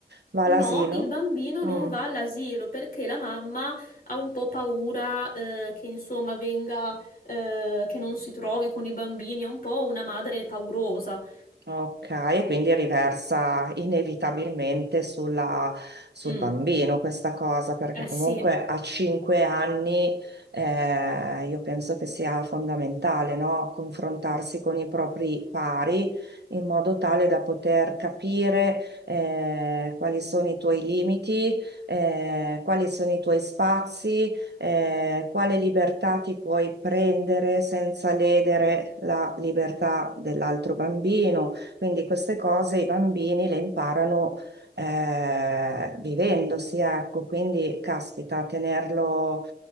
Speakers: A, on the right; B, on the left.
A: Va all'asilo?
B: No, il bambino non
A: Mm.
B: va all'asilo perché la mamma ha un po' paura, eh, che insomma venga, eh, che non si trovi con i bambini, è un po' una madre paurosa.
A: Ok, e quindi riversa inevitabilmente sulla- sul
B: Mm,
A: bambino questa cosa, perché
B: Eh
A: comunque
B: sì.
A: a cinque anni eh, io penso che sia fondamentale, no? Confrontarsi con i propri pari in modo tale da poter capire eh, quali sono i tuoi limiti, eh, quali sono i tuoi spazi, eh, quale libertà ti puoi prendere senza ledere la libertà dell'altro bambino quindi queste cose i bambini le imparano eh, vivendosi, ecco, quindi caspita, tenerlo,